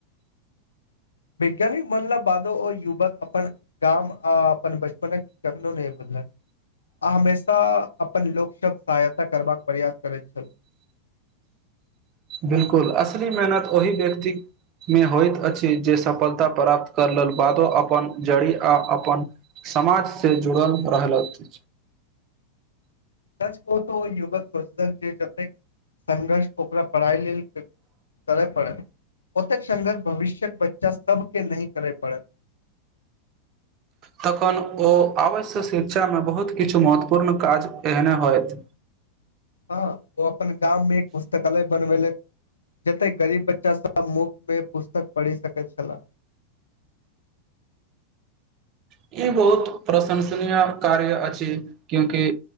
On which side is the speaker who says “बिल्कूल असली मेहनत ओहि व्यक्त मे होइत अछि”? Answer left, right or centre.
Right